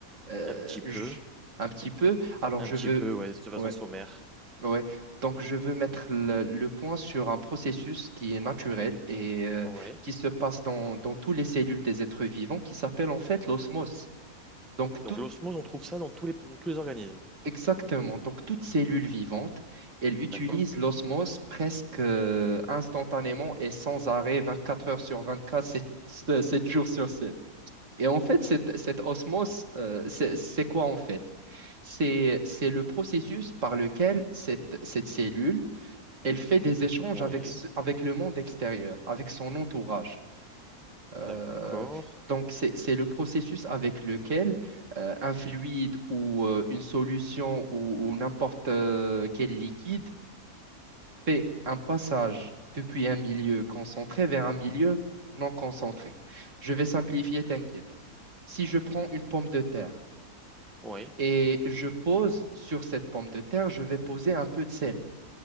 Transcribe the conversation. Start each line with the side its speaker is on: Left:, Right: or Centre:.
Right: euh,
Centre: Un petit peu.
Right: j- un petit peu. Alors,
Centre: Un
Right: je
Centre: petit
Right: veux...
Centre: peu, ouais, de façon
Right: ouais.
Centre: sommaire.
Right: Ouais. Donc, je veux mettre le, le point sur un processus qui est naturel et euh,
Centre: Oui.
Right: qui se passe dans, dans toutes les cellules des êtres vivants, qui s'appelle en fait l'osmose. Donc,
Centre: Donc
Right: tout,
Centre: l'osmose, on trouve ça dans tous les, dans tous les organismes.
Right: exactement. Donc, toute cellule vivante, elle utilise
Centre: D'accord?
Right: l'osmose presque euh, instantanément et sans arrêt, 24 heures sur 24, sept sept jours sur 7. Et en fait, cette, cette osmose, euh, c'est c'est quoi en fait? C'est c'est le processus par lequel cette, cette cellule elle fait des échanges
Centre: Oui.
Right: avec, ce- avec le monde extérieur, avec son entourage. Euh,
Centre: D'accord.
Right: donc, c'est, c'est le processus avec lequel euh, un fluide ou euh, une solution ou, ou n'importe euh, quel liquide fait un passage depuis un milieu concentré vers un milieu non concentré. Je vais simplifier, t'inquiète. Si je prends une pomme de terre
Centre: Oui.
Right: et je pose sur cette pomme de terre, je vais poser un peu de sel,